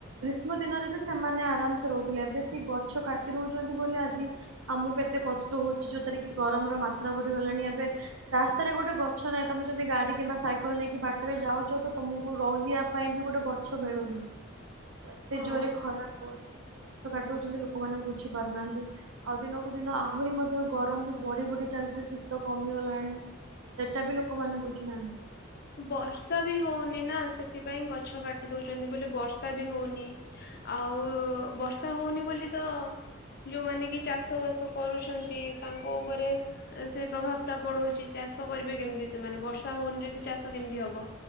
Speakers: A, on the right; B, on the left.
A: ଗ୍ରୀଷ୍ମ ଦିନରେ ବି ସେମାନେ ଆରାମସେ ରହୁଥିଲେ। ଏବେ ସେ ଗଛ କାଟି ଦଉଛନ୍ତି ବୋଲି ଆଜି ଆମକୁ ଏତେ କଷ୍ଟ ହଉଛି ଯୋଉଥିରେ କି ଗରମର ମାତ୍ରା ବଢିଗଲାଣି ଏବେ। ରାସ୍ତାରେ ଗୋଟେ ଗଛ ନାହିଁ ତମେ ଯଦି ଗାଡି କିମ୍ବା ସାଇକେଲ ନେଇକି ବାଟରେ ଯାଉଛ ତମକୁ ରହିବା ପାଇଁ ବି ଗୋଟେ ଗଛ ମିଳୁନି ଏତେ
B: ହଁ
A: ଜୋରେ ଖରା ଗଛ କାଟି ଦଉଛନ୍ତି ଲୋକମାନେ ବୁଝି ପାରୁନାହାନ୍ତି। ଆଉ ଦିନକୁ ଦିନ ଆହୁରି ମଧ୍ୟ ଗରମ ବି ବଢି ବଢି ଚାଲିଛି ଶୀତ କମିଗଲାଣି। ସେଇଟା ବି ଲୋକମାନେ ବୁଝୁନାହାନ୍ତି।
B: ବର୍ଷା ବି ହଉନି ନା ସେଥିପାଇଁ ଗଛ କାଟି ଦଉଛନ୍ତି ବୋଲି ବର୍ଷା ବି ହଉନି। ଆଉ ବର୍ଷା ହଉନି ବୋଲି ତ ଯୋଉମାନେ କି ଚାଷ ବାସ କରୁଛନ୍ତି ତାଙ୍କ ଉପରେ ସେ ପ୍ରଭାବ ଟା ପଡୁଛି ଚାଷ କରିବେ କେମିତି ସେମାନେ ବର୍ଷା ହଉନି ଯଦି ଚାଷ କେମିତି ହବ।